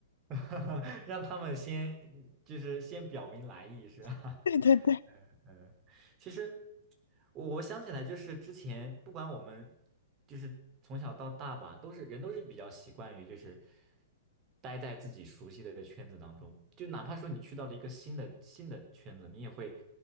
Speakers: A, on the right; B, on the left.
A: <laughs> 让他们先就是先表明来意是吧？
B: <laughs> 对对对
A: <laughs> 嗯，其实我我想起来，就是之前不管我们就是从小到大吧，都是人都是比较习惯于就是待在自己熟悉的圈子当中，就哪怕说你去到了一个新的新的圈子，你也会